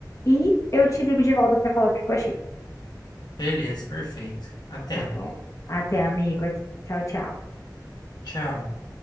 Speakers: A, on the left; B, on the left.
A: e eu te ligo de volta pra falar o que eu achei,
B: Beleza, perfeito. Até.
A: tá bom? Até, amigo. Tchau, tchau.
B: Tchau.